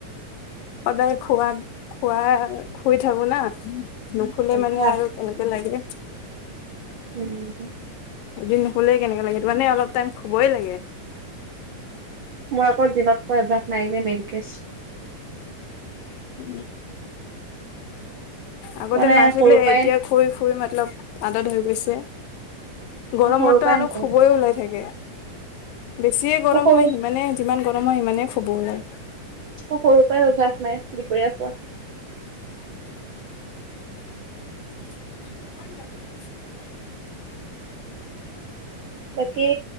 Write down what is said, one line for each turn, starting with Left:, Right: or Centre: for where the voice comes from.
Left: সদায় খোৱাত খুৱা শুই থাকো না। নুশুলে
Right: অভ্যাস
Left: মানে আৰু কেনেকে লাগে।
Right: <unintelligible>
Left: এদিন নোশুলেই কেনেকা লাগে মানে অলপ টাইম শুবই লাগে।
Right: মোৰ আকৌ দিনত শুৱা অভ্যাস নাই যে মেইনকেছ
Left: উ আগতে
Right: মানে
Left: নাছিলে
Right: সৰুৰ পৰাই
Left: এতিয়া শুই শুই মাত- অলপ আদত হৈ গৈছে গৰমতো
Right: মই সৰুৰ পৰাই
Left: আন
Right: নাখাওঁ
Left: শুবই ওলাই থাকে। বেছিয়ে গৰম
Right: মোৰ সৰু
Left: হয় সিমানে যিমান গৰম হয় সিমানে শুব ওলায়।
Right: ম সৰুৰ পৰাই অভ্যাস নাই দুপৰীয়া খোৱা <unintelligible>
Left: <unintelligible> <inaudible>
Right: বাকী